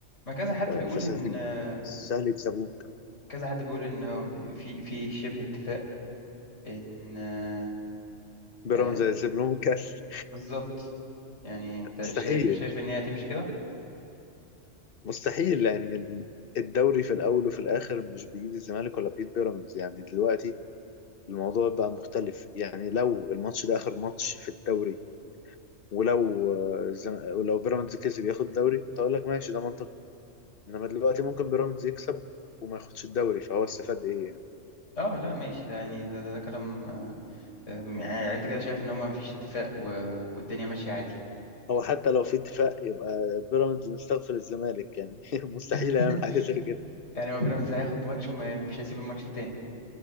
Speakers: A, on the left; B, on the left.
A: ما كذا حد
B: ف- فسهل
A: بيقول ان آه،
B: سهل يكسبوك
A: كذا حد بيقول ان هو في في شبه اتفاق ان آه،
B: بيراميدز
A: آه،
B: هيسيب لهم الكاس
A: بالظبط يعني انت
B: مستحيل
A: شايف شايف ان هي هتمشي كده
B: مستحيل لان ال- الدوري في الاول وفي الاخر مش بايد الزمالك ولا بايد بيراميدز يعني دلوقتي الموضوع بقى مختلف يعني لو الماتش ده اخر ماتش في الدوري ولو آه، الزم... ولو بيراميدز كسب ياخد دوري كنت اقول لك ماشي ده منطقي انما دلوقتي ممكن بيراميدز يكسب وما ياخدش الدوري فهو استفاد ايه يعني
A: اه لا ماشي ده يعني ده ده, ده كلام آه، آه، يعني انت كده شايف ان هما مفيش اتفاق و... والدنيا ماشية عادي
B: هو حتى لو في اتفاق يبقى بيراميدز مستغفر الزمالك يعني <laughs> مستحيل
A: <laughs>
B: يعمل حاجه زي كده
A: يعني هو بيراميدز هياخد ماتش ومش هيسيب الماتش التاني